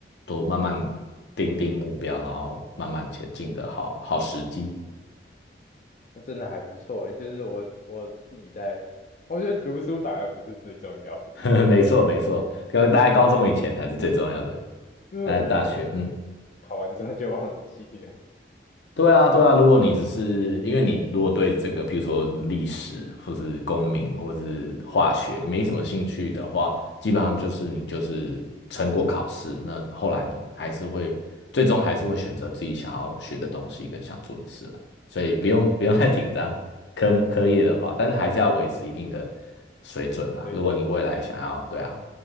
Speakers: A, on the left; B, on the left.
A: 多慢慢定定目标，然后慢慢前进的好好时机。
B: 那真的还不错诶，就是我我自己在，我觉得读书反而不是最重要的，
A: <laughs> 没错，没错，要待在高中以前才是最重要的，
B: 因为我发现我
A: 待在大学，嗯。
B: 考完之后就忘记了
A: 对啊，对啊，如果你只是因为你如果对这个，譬如说历史，或是公民，或是化学，你没什么兴趣的话，基本上就是你就是撑过考试，那后来你还是会最终还是会选择自己想要学的东西跟想做的事了，所以不用不用太紧张，科目科业的话，但是还是要维持一定的水准啦。
B: 水准，
A: 如果你未来想要，对啊，